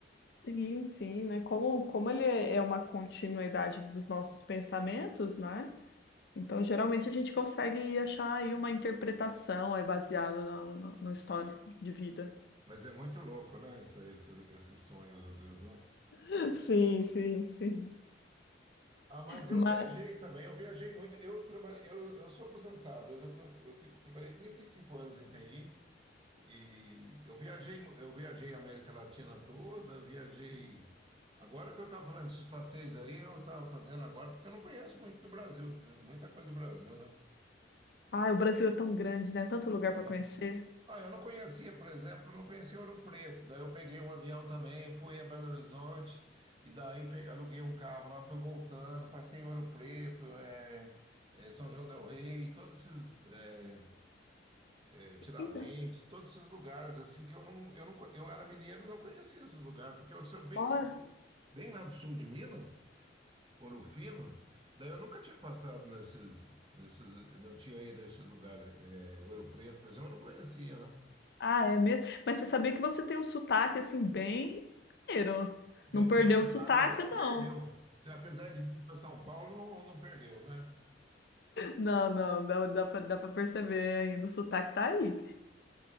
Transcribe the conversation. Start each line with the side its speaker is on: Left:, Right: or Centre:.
Left: Sim, sim, né? Como, como ele é é uma continuidade dos nossos pensamentos, né? Então, geralmente a gente consegue achar aí uma interpretação aí baseado no, no, no histórico de vida.
Right: Mas é muito louco, né? Essa, essa- esses sonhos, às vezes, né?
Left: <laughs> Sim, sim, sim.
Right: Ah, mas eu
Left: mas
Right: viajei também, eu viajei muito. Eu trabalhei, eu, eu sou aposentado, eu já tô, eu fi- trabalhei 35 anos em TI e eu viajei, mu- eu viajei a América Latina toda, viajei Agora que eu estava falando desses passeios aí, eu estava fazendo agora, porque eu não conheço muito do Brasil, muita coisa do Brasil, né?
Left: Ai, o Brasil é tão grande, né? Tanto lugar
Right: É.
Left: para conhecer.
Right: Ah, eu não conhecia, por exemplo, eu não conhecia Ouro Preto. Daí eu peguei um avião também, fui a Belo Horizonte, e daí pe- aluguei um carro lá, fui voltando, passei em Ouro Preto, é, é, São João del Rei, todos esses é, é, Tiradentes,
Left: Então,
Right: todos esses lugares assim que eu não, eu não, co- eu era mineiro e não conhecia esses lugares, porque eu sou bem
Left: bora.
Right: lá do sul- bem lá do sul de Minas. Ouro Fino? Daí eu nunca tinha passado nesses, nesses, não tinha ido a esses lugares. É, Ouro Preto, por exemplo, eu não conhecia, não.
Left: Ah, é mesmo? Mas você sabia que você tem um sotaque assim bem mineiro.
Right: Bem
Left: Não
Right: mineiro?
Left: perdeu o sotaque,
Right: Ah, mas então não
Left: não.
Right: perdeu. Apesar de vir para São Paulo, não, não perdeu, né?
Left: Não, não, não, dá pra, dá pra perceber ainda, o sotaque tá aí.